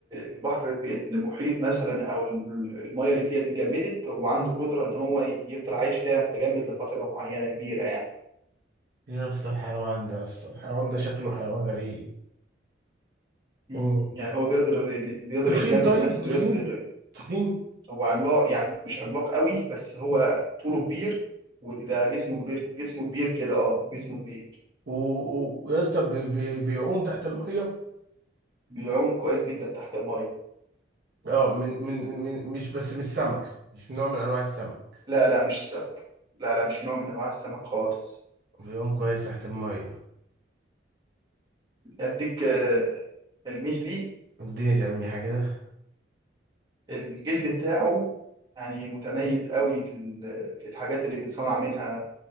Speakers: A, on the right; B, on the right.
A: البحر دي- المحيط مثلا او ال- المايه اللي فيها دي اتجمدت هو عنده قدرة ان هو يفضل عايش فيها متجمد لفترة معينة كبيرة يعني
B: ايه يا اسطى الحيوان ده يا اسطى الحيوان ده شكله حيوان غريب
A: مم.
B: مم.
A: يعني هو بيقدر بيقدر
B: تخين
A: يتجمد
B: طيب
A: نفسه
B: تخين
A: ويقدر
B: تخين
A: هو عملاق يعني مش عملاق قوي بس هو طوله كبير وبيبقى جسمه كبير جسمه كبير كده اه جسمه كبير
B: و- و- ويا اسطى بي- بي- بيعوم تحت الميه
A: بيعوم كويس جدا تحت المايه
B: اه من من من مش بس مش سمكة مش من نوع من انواع السمك
A: لا لا مش سمك لا لا مش نوع من انواع السمك خالص
B: بيعوم كويس تحت الميه
A: اديك آه، تلميح ليه
B: اديني تلميحة كده
A: الجلد بتاعه يعني متميز قوي في ال- في الحاجات اللي بيتصنع منها